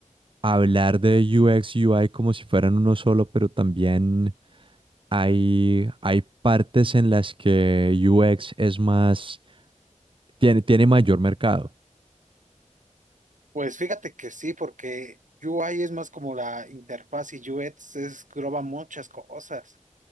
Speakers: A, on the right; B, on the right.
A: hablar de UX, UI como si fueran uno solo, pero también hay, hay partes en las que UX es más, tiene, tiene mayor mercado.
B: Pues fíjate que sí, porque UI es más como la interfaz y UX es engloba muchas cosas.